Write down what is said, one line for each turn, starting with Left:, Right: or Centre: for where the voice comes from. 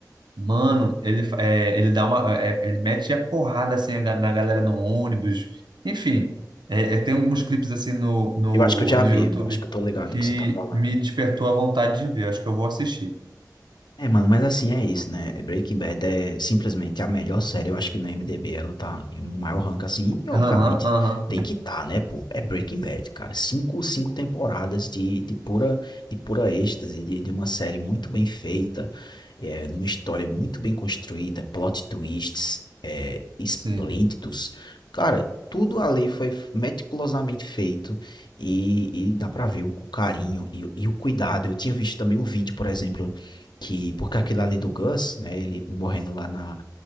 Right: mano, ele, fa- é, ele dá uma, é, ele mete a porrada assim a ga- na galera no ônibus. Enfim, é, é, tem alguns clipes assim no, no,
Left: Eu acho que eu já
Right: no
Left: vi,
Right: YouTube
Left: eu acho que eu tô ligado
Right: que
Left: do que você tá falando.
Right: me despertou a vontade de ver. Acho que eu vou assistir.
Left: É, mano, mas assim é isso, né? Breaking Bad é simplesmente a melhor série, eu acho que no IMDb ela tá no maior rank assim, e obviamente
Right: Aham, aham,
Left: tem que tá, né, pô? É Breaking Bad, cara. Cinco, cinco temporadas de, de pura de pura êxtase, de, de uma série muito bem feita, é, numa história muito bem construída, plot twists, é, esplêndidos.
Right: sim.
Left: Cara, tudo ali foi meticulosamente feito. E, e dá pra ver o, o carinho e, o e o cuidado. Eu tinha visto também um vídeo, por exemplo, que porque aquilo ali do Gus, né, ele morrendo lá na,